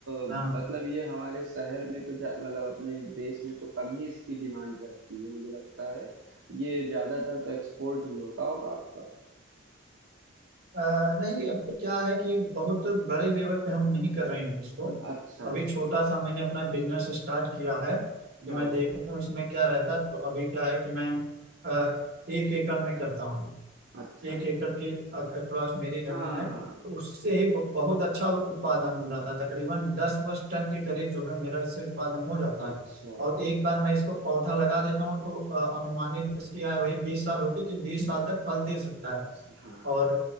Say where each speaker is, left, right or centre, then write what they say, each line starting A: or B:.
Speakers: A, on the right (about 65°); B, on the right (about 45°).
A: अ,
B: हाँ
A: मतलब ये हमारे शहर में तो जा- मतलब अपने देश में तो कम ही इसकी डिमांड रहती है मुझे लगता है ये ज्यादातर तो एक्सपोर्ट ही होता होगा आपका
B: अ, नहीं अभी क्या है कि बहुत बड़े लेवल पे हम नहीं कर रहे हैं इसको
A: अच्छा अच्छा
B: अभी छोटा सा मैंने अपना बिजनेस स्टार्ट किया है कि
A: ओ
B: मैं देखूं इसमें क्या रहता है तो अभी क्या है कि मैं अ, एक एकड़ में करता हूँ
A: अच्छा अच्छा
B: एक एकड़ के अक्रॉस मेरी जमीन
A: हाँ
B: है तो उससे ही ब- बहुत अच्छा उत्पादन हो जाता है तकरीबन दस वर्ष टन के करीब जो है मेरा इससे उत्पादन हो जाता
A: अच्छा
B: है
A: अच्छा
B: और एक बार मैं इसको पौधा लगा देता हूँ तो अ, अनुमानित इसकी आयु वही बीस साल होती है कि बीस साल तक फल दे सकता है
A: हाँ
B: और